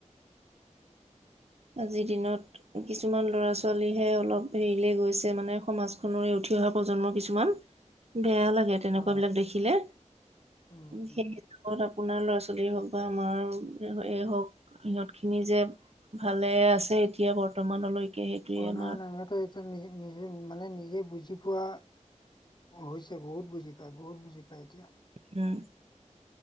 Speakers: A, on the right (about 55°); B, on the left (about 35°).
A: আজিৰ দিনত কিছুমান ল'ৰা ছোৱালীহে অলপ হেৰিলে গৈছে মানে সমাজখনৰে উঠি অহা প্ৰজন্ম কিছুমান, বেয়া লাগে তেনেকুৱা
B: অ',
A: বিলাক দেখিলে,
B: উম, উম।
A: সেই। <unintelligible> আপোনাৰ ল'ৰা ছোৱালী হওক বা আমাৰ এই হওক সিহঁত খিনি যে ভালেই আছে এতিয়া বৰ্তমানলৈকে। সেইটোৱে
B: অ' নাই
A: আমাৰ
B: নাই, সিহঁতে এতিয়া নি নিজে মানে নিজে বুজি বুজি পোৱা হৈছে, বহুত বুজি পায়। বহুত বুজি পায়, এতিয়া।
A: উম।